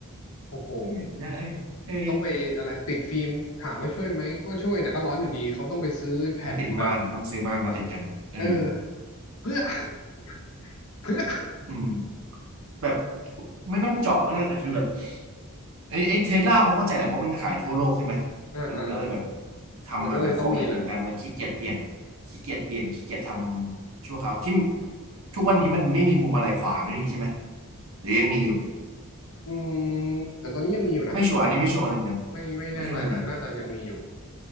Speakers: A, on the left; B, on the right.
A: โอ้โห
B: ไม่อยากได้เออ
A: ต้องไปอะไรติดฟิล์มถามว่าช่วยไหมก็ช่วยแต่ก็ร้อนอยู่ดีเขาต้องไปซื้อแผ่นแบบ
B: ต้องติดม่านต้องซื้อม่านมาติดกันเออ
A: <coughs> เออเพื่อ <coughs> เพื่อ <coughs>
B: อืม แบบไม่ต้องเจาะก็ได้แต่คือแบบไอ้ไอ้เทสลาพอเข้าใจแหละเพราะมันขายทั่วโลกใช่ไหม
A: อ่าอ่า
B: มันก็เลยแบบทำมาแบบฟอร์แมตเดียวกันมันขี้เกียจเปลี่ยน
A: มันก็เลยต้องมีแหละ
B: ขี้เกียจเปลี่ยนขี้เกียจทำชั่วคราวที่ทุกวันนี้มันไม่มีพวงมาลัยขวาไม่ดีใช่ไหมหรือยังมีอยู่
A: อืมเหมือนตอนนี้ยังมีอยู่นะ
B: ไม่ชัวร์อันนี้ไม่ชัวร์มันเหมือนกัน
A: ไม่ไม่แน่ใจแต่น่าจะยังมีอยู่
B: ไม่ชัวร์เลยเหมือนกัน